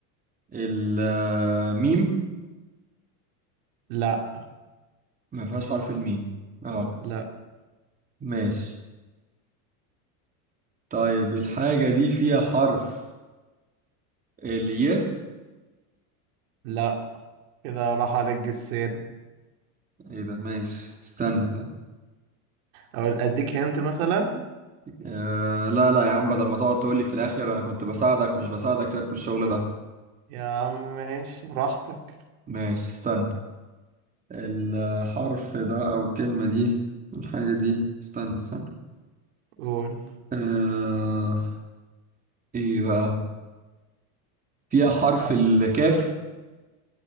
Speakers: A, on the right (about 20°); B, on the right (about 70°).
A: الميم
B: لا
A: ما فيهاش حرف الميم آه
B: لا
A: ماشي طيب الحاجة دي فيها حرف الي
B: لا كده راح عليك جسين
A: ايه ده ماشي استنى طيب
B: او اديك هنت مثلا
A: آه لا لا يا عم بدل ما تقعد تقولي في الآخر أنا كنت بساعدك مش بساعدك سيبك من الشغل ده
B: يا عم ماشي براحتك
A: ماشي استنى الحرف ده أو الكلمة دي الحاجة دي استنى استنى
B: قول
A: آه إيه بقى فيها حرف
B: <laughs>
A: الكاف